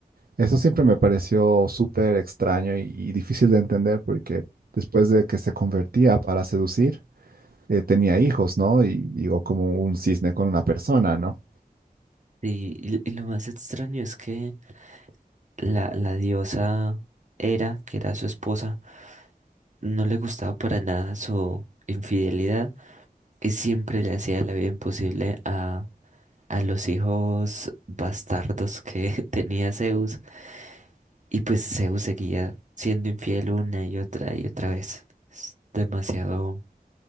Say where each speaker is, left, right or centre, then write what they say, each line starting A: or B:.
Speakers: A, on the right; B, on the right.
A: Eso siempre me pareció súper extraño y, y difícil de entender porque después de que se convertía para seducir, eh, tenía hijos, ¿no? Y digo, como un cisne con una persona, ¿no?
B: sí, y, y lo más extraño es que la, la diosa Hera, que era su esposa, no le gustaba para nada su infidelidad y siempre le hacía la vida imposible a, a los hijos bastardos que <laughs> tenía Zeus Y pues Zeus seguía siendo infiel una y otra y otra vez. Es demasiado